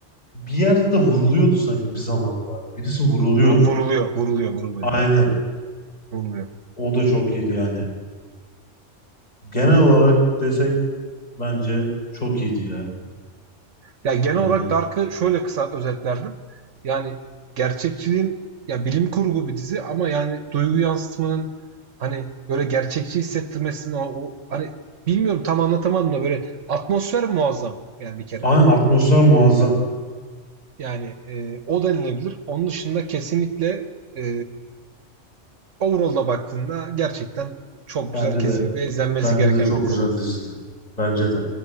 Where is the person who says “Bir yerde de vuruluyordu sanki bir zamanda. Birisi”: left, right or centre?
Left